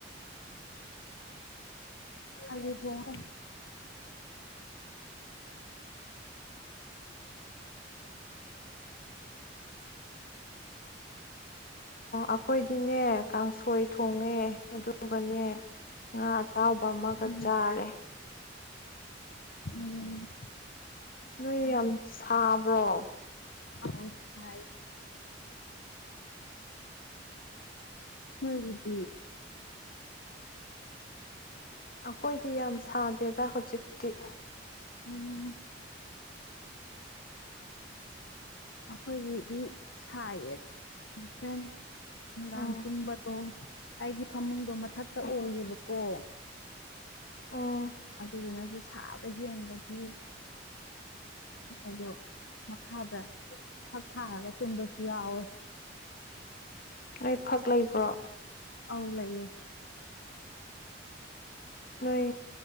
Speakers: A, on the left; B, on the left.
A: ꯑꯂꯨ ꯊꯣꯡꯉꯦ
B: ꯑꯈꯣꯏꯗꯤꯅꯦ ꯀꯥꯡꯁꯣꯏ ꯊꯣꯡꯉꯦ ꯑꯗꯨꯒꯅꯦ ꯉꯥ ꯑꯇꯥꯎꯕ ꯑꯃꯒ
A: ꯎꯝ
B: ꯆꯥꯔꯦ
A: ꯎꯝ
B: ꯅꯣꯏ ꯌꯥꯝ ꯁꯥꯕ꯭ꯔꯣ
A: ꯑꯧ ꯁꯥꯏ ꯅꯣꯏꯒꯤꯗꯤ
B: ꯑꯩꯈꯣꯏꯗꯤ ꯌꯥꯝ ꯁꯥꯗꯦꯗ ꯍꯧꯖꯤꯛꯇꯤ
A: ꯎꯝ ꯑꯩꯈꯣꯏꯒꯤꯗꯤ ꯁꯥꯏꯌꯦ ꯍꯣꯔꯦꯟ ꯅꯨꯡꯗꯥꯡ
B: ꯎꯝ
A: ꯇꯨꯝꯕꯗꯣ ꯑꯩꯒꯤ ꯐꯃꯨꯡꯗꯣ ꯃꯊꯛꯇ
B: ꯎꯝ
A: ꯑꯣꯏꯌꯦꯕꯀꯣ
B: ꯎꯝ
A: ꯑꯗꯨꯗꯨꯅꯁꯨ ꯁꯥꯕ ꯍꯦꯟꯕꯒꯤ ꯑꯩꯗꯣ ꯃꯈꯥꯗ ꯐꯛ ꯊꯥꯔꯒ ꯇꯨꯝꯕꯁꯨ ꯌꯥꯎꯋꯦ
B: ꯅꯣꯏ ꯐꯛ ꯂꯩꯕ꯭ꯔꯣ
A: ꯑꯧ ꯂꯩꯌꯦ
B: ꯅꯣꯏ